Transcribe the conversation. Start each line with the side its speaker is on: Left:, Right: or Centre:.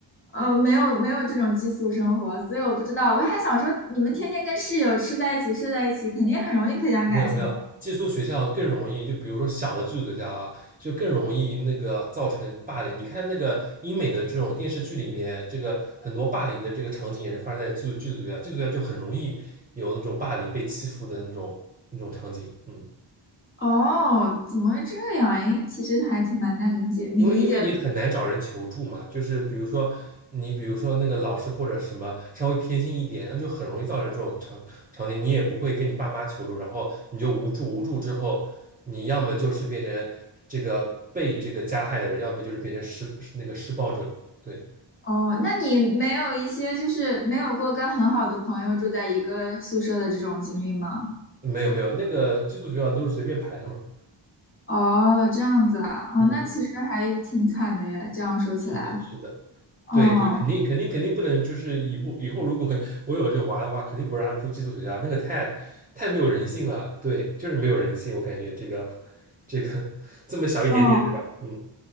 Left: 嗯，没有没有这种寄宿生活，所以我不知道，我还想说，你们天天跟室友吃在一起，睡在一起，肯定很容易培养感情的嘛
Right: 没有没有，寄宿学校更容易，就比如说小的寄宿学校啊，就更容易那个造成霸凌。你看那个英美的这种电视剧里面，这个很多霸凌的这个场景也是发生在寄宿寄宿学校，寄宿学校就很容易有那种霸凌被欺负的那种那种场景。嗯
Left: 哦，怎么会这样？诶，其实还挺蛮难理解，你理解的
Right: 因为因为你很难找人求助嘛，就是比如说你比如说那个老师或者什么稍微偏心一点，那就很容易造成这种场场景，你也不会跟你爸妈求助，然后你就无助，无助之后，你要么就是变成这个被这个加害的人，要么就是变成施那个施暴者。对，
Left: 哦，那你没有一些就是没有过跟很好的朋友住在一个宿舍的这种经历吗？
Right: 没有没有，那个寄宿学校都是随便排的嘛。
Left: 哦，这样子啊，哦，
Right: 嗯，
Left: 那其实还挺惨的耶，
Right: 嗯
Left: 这样说起来，
Right: 是的，是的。
Left: 哦，
Right: 对，就肯定肯定肯定不能，就是以后以后如果 <laughs> 我有这娃的话，肯定不让他住寄宿学校，那个太太没有人性了。对，就是没有人性，我感觉这个这个这么小一点点，
Left: 哦，
Right: 对吧？嗯